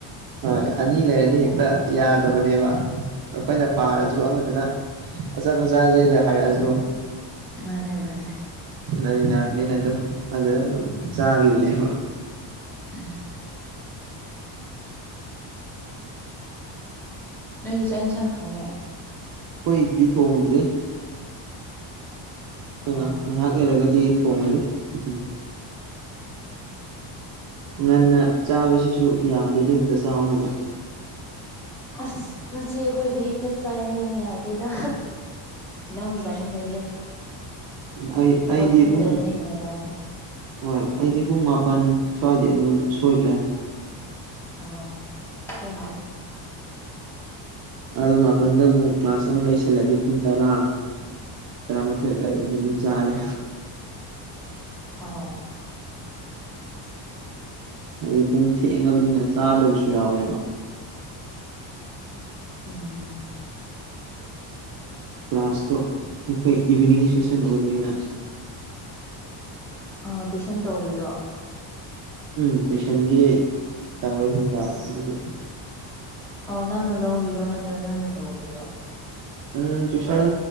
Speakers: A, on the right; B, in the centre.
A: ꯍꯣꯏ ꯑꯅꯤ ꯂꯩꯔꯗꯤ ꯍꯦꯛ ꯌꯥꯗꯕꯅꯦꯕ ꯑꯩꯈꯣꯏꯅ ꯄꯥꯔꯁꯨ ꯑꯃꯗꯨꯅ ꯑꯆꯥꯄꯣꯠꯆꯥꯁꯤꯗ ꯍꯥꯏꯔꯛꯑꯁꯨ
B: ꯃꯥꯅꯦ ꯃꯥꯅꯦ
A: ꯂꯩꯃꯤꯟꯅꯔꯛꯄꯅꯤꯅ ꯑꯗꯨꯝ ꯑꯗꯨꯗ ꯑꯗꯨꯝ ꯆꯥꯈꯤꯕꯅꯦꯕ
B: ꯑ ꯅꯣꯏꯁ ꯆꯥꯛ ꯌꯦꯟꯁꯥꯡ ꯊꯣꯡꯉꯦ
A: ꯑꯩꯈꯣꯏ ꯏꯗꯗꯤ ꯐꯣꯡꯗ꯭ꯔꯤ ꯑꯩꯈꯣꯏ
B: ꯑꯣ
A: ꯉꯥꯏꯍꯥꯛ ꯉꯥꯏꯍꯥꯛ ꯂꯩꯔꯒꯗꯤ ꯊꯣꯡꯉꯅꯤ ꯎ ꯉꯟꯅ ꯆꯥꯕꯁꯤꯁꯨ ꯌꯥꯗꯦꯗ ꯍꯦꯛꯇ ꯆꯥꯎ ꯍꯥꯏꯕ
B: ꯑꯁ ꯉꯆꯦ ꯑꯩꯈꯣꯏꯗꯤ ꯍꯦꯛꯇ ꯆꯥꯏꯌꯦ ꯌꯥꯗꯦꯗ ꯅꯝꯕꯅ ꯍꯦꯜꯂꯦ
A: ꯑꯩ
B: ꯊꯕꯛ
A: ꯑꯩꯗꯤ
B: ꯁꯨꯗꯕꯅ
A: ꯄꯨꯡ
B: ꯍꯦꯟꯅ ꯂꯥꯝꯃꯦ
A: ꯍꯣꯏ ꯑꯩꯗꯤ ꯄꯨꯡ ꯃꯥꯄꯜ ꯁ꯭ꯋꯥꯏꯗꯤ ꯑꯗꯨꯝ ꯁꯣꯏꯗ꯭ꯔꯦ
B: ꯑꯣ ꯊꯅꯦ
A: ꯑꯗꯨ ꯃꯥꯄꯜꯗ ꯑꯃꯨꯛ ꯀ꯭ꯂꯥꯁ ꯑꯃꯨꯛ ꯂꯩꯁꯜꯂꯛꯗꯤ ꯄꯨꯡ ꯇꯔꯥ ꯇꯔꯥꯃꯥꯊꯣꯏ ꯑꯗꯨꯋꯥꯏꯗꯗꯤ ꯑꯗꯨꯝ ꯆꯥꯔꯦ
B: ꯑꯥ
A: ꯍꯥꯏꯗꯤ ꯄꯨꯡ ꯊꯦꯡꯉꯕꯅꯤꯅ ꯆꯥꯗꯕꯁꯨ ꯌꯥꯎꯋꯦꯕ
B: ꯎꯝ
A: ꯀ꯭ꯂꯥꯁꯇꯣ ꯑꯩꯈꯣꯏ ꯏꯚꯤꯅꯤꯡ ꯁꯦꯁꯟ ꯑꯣꯏꯕꯅꯤꯅ
B: ꯑ ꯇꯨꯋꯏꯁꯟ ꯇꯧꯔꯤꯔꯣ
A: ꯎꯝ ꯇꯨꯏꯁꯟꯒꯤ ꯇꯧꯋꯦ ꯅꯨꯡꯗꯥꯡ ꯑꯗꯨꯒꯤ
B: ꯑꯣ ꯅꯪꯅ ꯂꯧꯔꯤꯔꯣ ꯅꯠꯇ꯭ꯔꯥ ꯅꯪꯅ ꯇꯧꯔꯤꯔꯣ
A: ꯎꯝ ꯇꯨꯏꯁꯟ